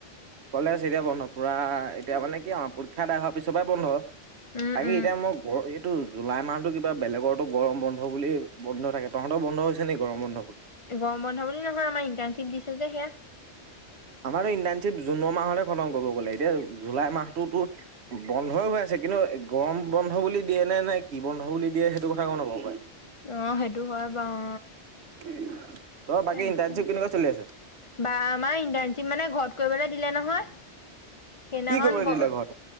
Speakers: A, on the right (about 65°); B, on the left (about 35°).
A: কলেজ এতিয়া বন্ধ পুৰা এতিয়া মানে কি আৰু পৰীক্ষা আদায় হোৱাৰ পিছৰ পৰাই বন্ধ।
B: উম,
A: বাকী
B: উম।
A: এতিয়া মই এইটো জুলাই মাহতো কিবা বেলেগৰটো গৰম বন্ধ বুলি বন্ধ থাকে তহতৰ বন্ধ হৈছে নেকি গৰম বন্ধ বুলি?
B: গৰম বন্ধ বুলি নহয় আমাৰ ইণ্টাৰ্শ্বিপ দিছে যে সেয়া
A: আমাৰ ইণ্টাৰ্ণশ্বিপ জুনৰ মাহতে খতম কৰিব গ'লে এতিয়া জুলাই মাহটোতো বন্ধই হৈ আছে কিন্তু গৰম বন্ধ বুলি দিয়ে নে নে কি বন্ধ বুলি দিয়ে সেইটো কথা গম নাপাওঁ কাই
B: অ', সেইটো হয় বাৰু
A: ত'
B: তাকে।
A: বাকী ইণ্টাৰশ্বিপ কেনেকুৱা চলি আছে?
B: বা আমাৰ ইণ্টাৰণশ্বিপ মানে ঘৰত কৰিবলে দিলে নহয় সেইদিনাখন
A: কি কৰিবলৈ
B: ঘ
A: দিলে ঘৰত